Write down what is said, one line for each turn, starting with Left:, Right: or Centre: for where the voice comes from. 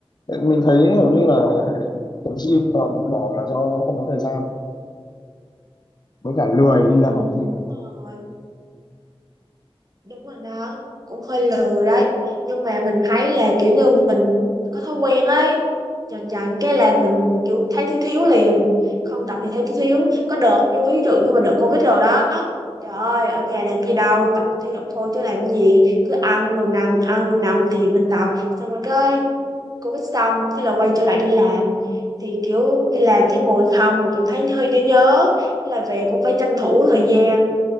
Left: Tại mình thấy hầu như là tập gym toàn bỏ là do không có thời gian với cả lười
Right: ừ
Left: đi ra phòng gym
Right: đúng rồi đúng rồi đó cũng hơi lười đấy nhưng mà mình thấy là kiểu như mình có thói quen ấy dần dần cái là mình kiểu thấy thiếu thiếu liền không tập thì thấy thiếu thiếu có đợt như ví dụ như mà đợt covid rồi đó trời ơi ở nhà làm gì đâu tập thể dục thôi chứ làm gì cứ ăn rồi nằm ăn rồi nằm thì mình tập xong rồi cái covid xong thế là quay trở lại đi làm thì kiểu đi làm thấy ngồi không rồi cảm thấy hơi nhớ nhớ thế là về cũng phải tranh thủ thời gian